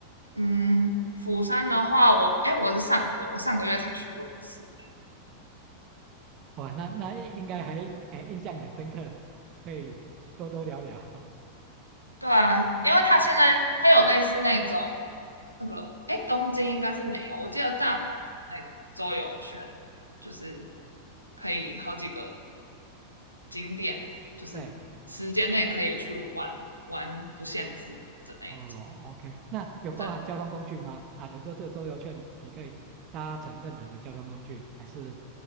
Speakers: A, on the right; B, on the right.
A: 嗯，釜山的话，我哎我是上个月我上个月才去过一次，
B: 哇，那那应该还哎印象很深刻，可以多多聊聊，
A: 对啊，因为它现在它有类似那种那个，哎，东京应该是没有，我记得大阪有那种周游券，就是可以好几个景点，
B: <laughs>
A: 就是时间内可以去玩玩不限制的那一种。
B: 对，哦，OK，那有包含交通工具吗？
A: 对，
B: 啊，等于说这个周游券你可以搭乘任何的交通工具，还是